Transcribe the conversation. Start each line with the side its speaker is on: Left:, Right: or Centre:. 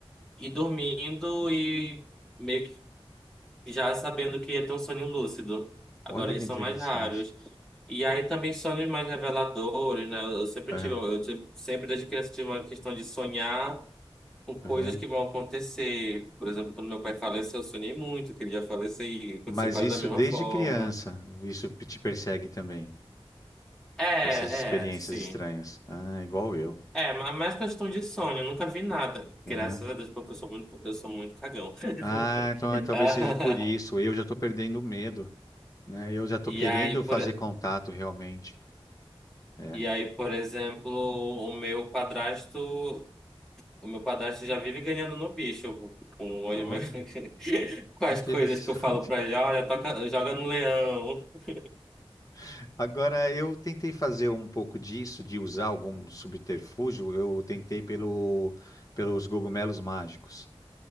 Centre: ir dormindo e meio que já sabendo que ia ter um sonho lúcido. Agora
Left: Olha
Centre: eles
Left: que interessante.
Centre: são mais raros. E aí também sonhos mais reveladores, né? Eu sempre
Left: Aham,
Centre: tive, eu tive- sempre desde criança tive uma questão de sonhar com coisas
Left: aham.
Centre: que vão acontecer. Por exemplo, quando meu pai faleceu, eu sonhei muito que ele ia falecer e aconteceu
Left: Mas
Centre: quase
Left: isso
Centre: da mesma
Left: desde
Centre: forma.
Left: criança, isso te persegue também,
Centre: É,
Left: essas experiências
Centre: é, sim.
Left: estranhas. Ah, igual eu.
Centre: É, ma- mais questão de sono, eu nunca vi nada.
Left: Aham.
Centre: Graças a Deus, porque eu sou muito, eu sou muito cagão. <laughs>
Left: Ah, então é, talvez
Centre: Ah,
Left: seja por isso. Eu já estou perdendo o medo, né? Eu já estou
Centre: E
Left: querendo
Centre: aí,
Left: fazer
Centre: por,
Left: contato realmente. É.
Centre: e aí, por exemplo, o meu padrasto, o meu padrasto já vive ganhando no bicho com, o olho
Left: Olha,
Centre: meu- <laughs> com
Left: que
Centre: as
Left: interessante.
Centre: coisas que eu falo pra ele, olha, toca, joga no leão. <laughs>
Left: <laughs> Agora, eu tentei fazer um pouco disso, de usar algum subterfúgio. Eu tentei pelo, pelos cogumelos mágicos.